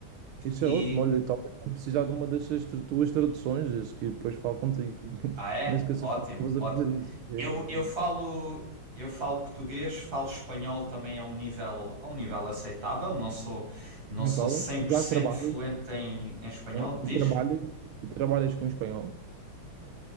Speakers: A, on the right; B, on the right.
A: Isso
B: E
A: é ótimo. Olha, talvez vou precisar de uma dessas tra- tuas traduções, isso que depois falo contigo. <laughs>
B: Ah, é?
A: Nem esqueças
B: Ótimo,
A: que estavas
B: ótimo.
A: a fazer isso. É
B: Eu,
A: isso,
B: eu
A: é
B: falo,
A: isso.
B: eu falo português, falo espanhol também a um nível, a um nível aceitável. Não sou, não
A: Me
B: sou
A: falas?
B: cem por
A: Já
B: cento
A: trabalhas?
B: fluente em, em espanhol.
A: ok?
B: Diz?
A: E trabalhas? E trabalhas com espanhol?